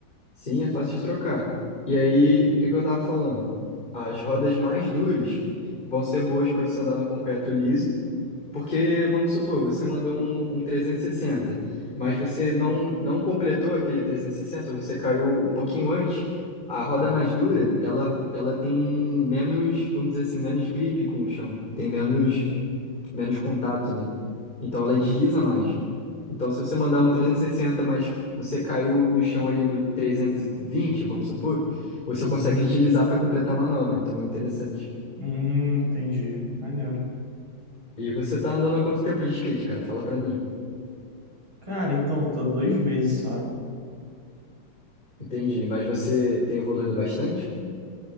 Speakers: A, on the left; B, on the right.
A: Sim, é fácil de trocar. E aí, o que que eu tava falando? As rodas mais duras vão ser boas para você andar no concreto liso, porque, vamos supor, você mandou um, um 360 mas você não, não completou aquele 360 você caiu um pouquinho antes. A roda mais dura, ela, ela tem menos, vamos dizer assim, menos gripe com o chão, tem menos
B: Uhum.
A: menos contato, né? Então ela desliza mais. Então, se você mandar um 360, mas você caiu no chão ali no 320, vamos supor, você
B: Uhum.
A: consegue deslizar para completar a manobra. Então, é interessante.
B: Hum, entendi. Maneiro.
A: E você tá andando há quanto tempo de skate, cara? Fala para mim.
B: Cara, então, tô há dois meses só.
A: Entendi. Mas você tem evoluído bastante?